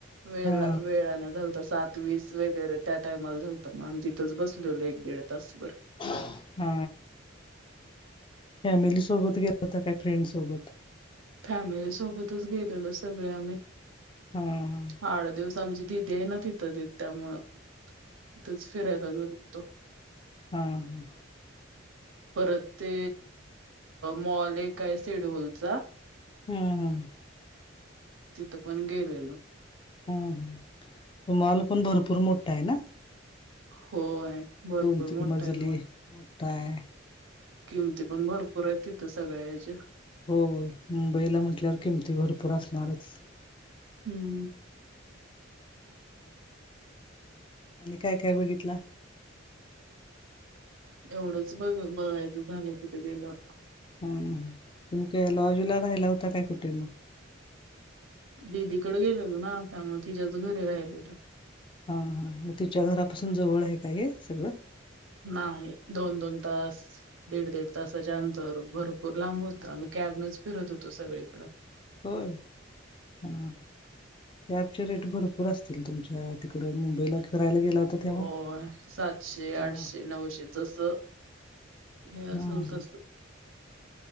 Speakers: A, on the right; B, on the left.
A: वे
B: हा हा
A: वेळनें घलत..... सात वीस वगैरे त्या टायमाला झा होतं मग आम् तिथंच बसलेलो एक दीड तास वर.....
B: हा हा फॅमिली सोबत गेला होता का फ्रेंड सोबत.....
A: फॅमिली सोबतच गेलेल सगळे आम्ही.....
B: हा.... हा
A: आड दिवस आमची दिीदी आहे ना तिथं तथ त्यामुळं तिथंच फिरायला गेलतो....
B: हम ह....
A: परत ते मॉल एक आहे सेडवलचा....
B: हम्म हम.....
A: तिथं पण गेलोलो....
B: हम मॉल पण भरपूर मोठा आहे ना....
A: होय.... भरपूर
B: दोन
A: मोठा
B: तीन मजली
A: आहे मॉल.
B: मोठाय....
A: किमती पण भरपूर आहे तिथं सगळ्या ह्याच्या....
B: हो मुंबईला म्हटल्यावर किमती भरपूर असणारच.
A: हम्म.
B: आणि काय काय बघितला.
A: एवढंच बघ बघायचं झालं तिथ गेलं.
B: हा तुमकय लॉज ला राहिला होता काय कुठें मग
A: दिदीकडे गेलेल ना त्यामुळे तिच्याच घरी राहिलेल.
B: हा हा मग तिच्या घरापासून जवळ आहे काय हे सगळं.
A: नाही दोन दोन तास दीड दीड तासाच्या अंतर भरपूर लांब होता मग कॅब नच फिरत होतो सगळीकडं.
B: हो ह. कॅबचे रेट भरपूर असतील तुमच्या तिकडं मुंबईला किरायला गेला. तेव्हा
A: हो सातशे
B: हा
A: आठशे नऊशे जसं. हे
B: हा
A: असल
B: हा
A: तस.